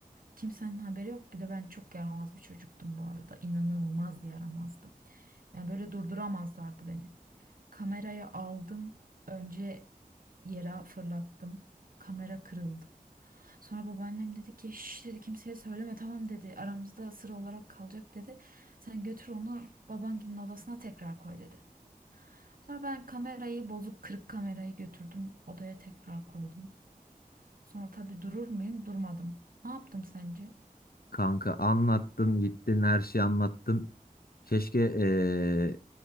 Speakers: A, on the right; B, on the left.
A: Kimsenin haberi yok. Bir de ben çok yaramaz bir çocuktum bu arada. İnanılmaz yaramazdım. Yani böyle durduramazlardı beni. Kamerayı aldım. Önce yere fırlattım. Kamera kırıldı. Sonra babaannem dedi ki şş dedi kimseye söyleme tamam dedi. Aramızda sır olarak kalacak dedi. Sen götür onu babanginin odasına tekrar koy dedi. Sonra ben kamerayı bozuk kırık kamerayı götürdüm odaya tekrar koydum. Sonra tabii durur muyum? Durmadım. Ne yaptım sence?
B: Kanka anlattın gittin her şeyi anlattın. Keşke eee,